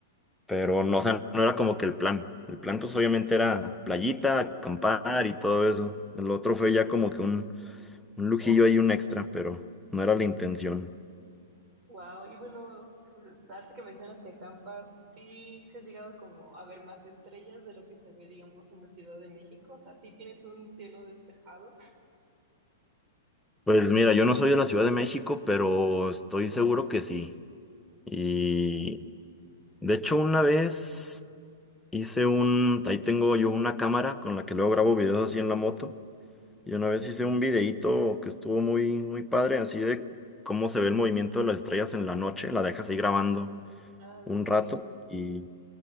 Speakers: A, in the centre; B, on the right.
A: Pero no, o sea, no era como que el plan. El plan pues obviamente era playita, acampar y todo eso. El otro fue ya como que un, un lujillo ahí, un extra, pero no era la intención.
B: Wow, y bueno, pues, ahorita que mencionas que acampas, sí, se has llegado como a ver más estrellas de lo que se ve, digamos, en la Ciudad de México, o sea, sí tienes un cielo despejado.
A: Pues mira, yo no soy de la Ciudad de México, pero estoy seguro que sí. Y de hecho una vez hice un, ahí tengo yo una cámara con la que luego grabo videos así en la moto. Y una vez hice un videíto que estuvo muy, muy padre, así de cómo se ve el movimiento de las estrellas en la noche. La dejas ahí grabando
B: Ah,
A: un
B: ok.
A: rato. Y,